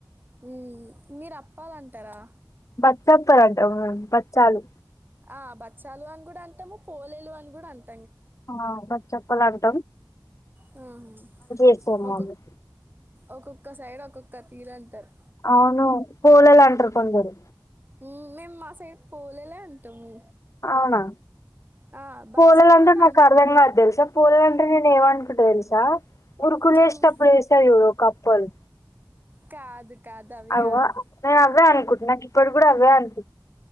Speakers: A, on the right; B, on the left.
A: హమ్ మీరు అప్పాలంటారా
B: బచ్చప్పర అంటే బచ్చాలు
A: ఆ బచ్చాలు అని కూడా అంటాము పోలేలు అని కూడా అంటాము
B: ఆ బ చెప్పలాదు
A: హమ్
B: చేస్తారు
A: ఒక
B: మమ్మీ
A: ఒక ఒక్క సైడ్ ఒక్కొక్క తీరు అంటారు
B: అవును కూలలు అంటారు కొందరు
A: హ్మ్. మేము మా సైడ్ పోలేలే అంటాము
B: అవునా
A: ఆ! బచ్చాలు
B: హోలిగంటే
A: కూడా
B: నాకు
A: అన్
B: అర్థం కాదు తెలుసా హోలిగంటే నేను ఏమనుకుంట తెల్సా ఉర్కులేష్టప్పుడు
A: హ్మ్.
B: ఏస్తారు చూడు ఒకప్పలు
A: కాదు కాదు అవి
B: అవ
A: కాదు.
B: మే అవ్వే అనుకుట్ నాకు ఇప్పడు కూడా అవే అంట